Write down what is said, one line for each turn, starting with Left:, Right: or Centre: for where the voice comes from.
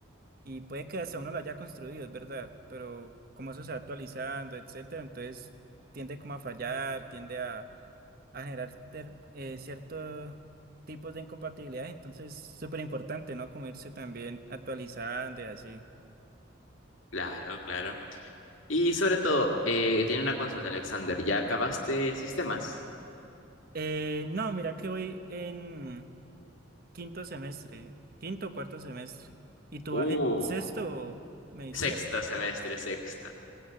Right: y puede que hasta uno lo haya construido, es verdad, pero como eso se va actualizando, etcétera, entonces tiende como a fallar, tiende a a generar ter- eh, ciertos tipos de incompatibilidades. Entonces, súper importante, ¿no? Como irse también actualizando y así.
Left: Claro, claro. Y sobre todo, eh, tiene una consulta, Alexander, ¿ya acabaste sistemas?
Right: Eh, no, mira que voy en quinto semestre, quinto o cuarto semestre. ¿Y tú
Left: Uh,
Right: vas en sexto, me decías?
Left: sexto semestre, sexto.